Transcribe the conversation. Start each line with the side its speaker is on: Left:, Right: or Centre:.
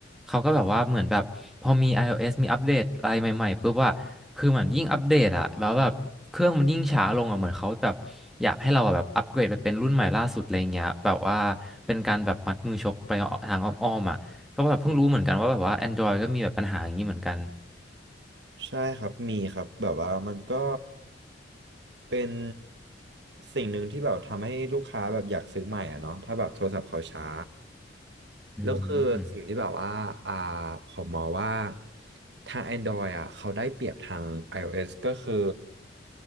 Centre: เขาก็แบบว่าเหมือนแบบพอมี iOS มีอัปเดตอะไรใหม่ๆปุ๊บว่าคือเหมือนยิ่งอัปเดตอะแล้วแบบเครื่องมันยิ่งช้าลงอะเหมือนเขาแบบอยากให้เราอะแบบอัปเกรดไปเป็นรุ่นใหม่ล่าสุดอะไรเงี้ยแบบว่าเป็นการแบบมัดมือชกไปทางอ้อมๆอะ ก็แบบเพิ่งรู้เหมือนกันว่าแบบว่า Android ก็มีแบบปัญหาอย่างนี้เหมือนกัน
Right: ใช่ครับมีครับแบบว่ามันก็เป็นสิ่งหนึ่งที่แบบทำให้ลูกค้าแบบอยากซื้อใหม่อ่ะเนาะถ้าแบบโทรศัพท์เขาช้า
Centre: อื
Right: แล้วคือสิ่งที่แบบว่าอ่า
Centre: ม
Right: ผมมองว่าทาง Android อ่ะเขาได้เปรียบทาง iOS ก็คือ